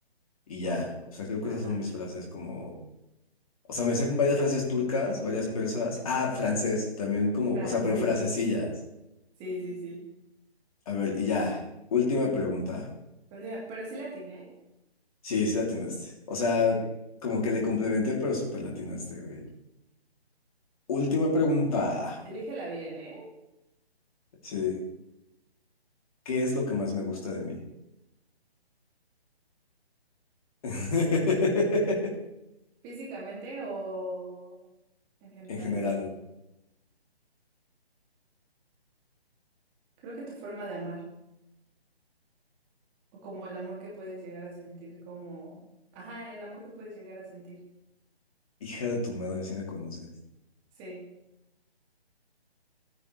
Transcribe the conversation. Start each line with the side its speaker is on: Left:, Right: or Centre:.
Left: y ya. O sea, creo
Right: ajá,
Left: que esas son mis frases como... O sea, me sé varias frases turcas, varias persas. Ah, francés también como...
Right: francés,
Left: O sea, pero frasecillas.
Right: sí, sí, sí.
Left: A ver, y ya. Última pregunta.
Right: Última- Pero sí la atiné, ¿eh?
Left: Sí, sí la atinaste. O sea,
Right: Ok.
Left: como que le complementé, pero súper la atinaste, güey. Última pregunta.
Right: Elígela bien, ¿eh?
Left: Sí. ¿Qué es lo que más me gusta de mí? <laughs>
Right: Físicamente o en general
Left: En general.
Right: de ti. Creo que tu forma de amar, o como el amor que puedes llegar a sentir, como... Ajá, el amor que puedes llegar a sentir.
Left: Hija de tu madre, si me conoces.
Right: Sí,